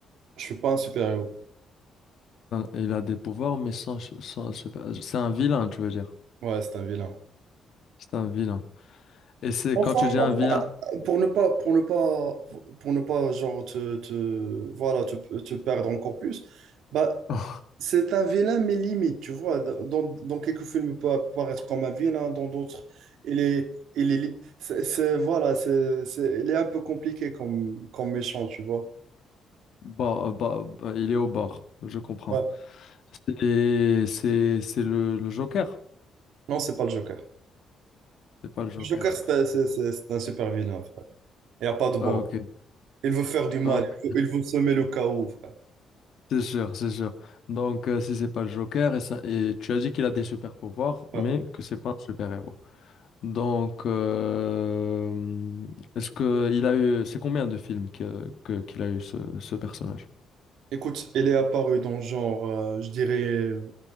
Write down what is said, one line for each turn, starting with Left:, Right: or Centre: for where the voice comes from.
Right: je suis pas un super-héros.
Left: Il a des pouvoirs mais sans, sans super. C'est un vilain, tu veux dire?
Right: Ouais, c'est un vilain.
Left: C'est un vilain. Et c'est
Right: Enfin,
Left: quand tu dis un
Right: enfin,
Left: vilain,
Right: pour ne pas, pour ne pas, pour ne pas, genre, te, te- voilà, te, te perdre encore plus, bah,
Left: <laughs>
Right: C'est un vilain, mais limite, tu vois. Dans, dans- dans quelques films, il peut apparaître comme un vilain, hein, dans d'autres, il est, il est, li- c'est, c'est- voilà, c'est, c'est- il est un peu compliqué comme, comme méchant, tu vois.
Left: bon, euh, bah, bah, il est au bord, je comprends.
Right: Ouais.
Left: C'est c'est c'est le, le Joker,
Right: Non, c'est pas le Joker.
Left: c'est pas le Joker.
Right: Le Joker, c'est un, c'est- c'est- c'est un super vilain, frère. Il n'y a pas de bord.
Left: Ah, ok,
Right: Il veut faire du mal,
Left: Ah, ok.
Right: il veut, il veut semer le chaos, frère.
Left: C'est sûr, c'est sûr. Donc euh, si c'est pas le Joker et ça et tu as dit qu'il a des super pouvoirs,
Right: Ouais.
Left: mais que c'est pas un super héros. Donc euh, est-ce que il a eu c'est combien de films que, que- qu'il a eu ce, ce personnage?
Right: Écoute, il est apparu dans genre, euh, je dirais, euh,